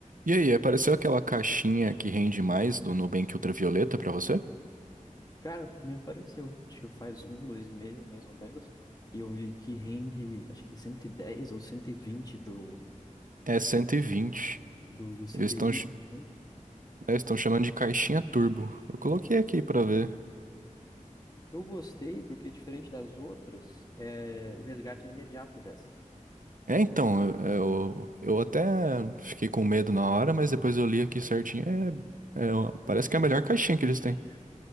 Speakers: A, on the right; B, on the left.
A: E aí, apareceu aquela caixinha que rende mais do Nubank Ultravioleta pra você?
B: Cara, pra mim apareceu. Acho que faz um, dois meses, mais ou menos. E eu vi que rende, acho que 110 ou 120 do,
A: É 120.
B: do, do CDI,
A: Eles estão eles
B: né?
A: estão chamando de caixinha turbo. Eu coloquei aqui pra ver.
B: Eu gostei, porque diferente das outras, é, o resgate é imediato dessa.
A: É, então, eu, eu, eu até fiquei com medo na hora, mas depois eu li aqui certinho. É, é, parece que é a melhor caixinha que eles têm.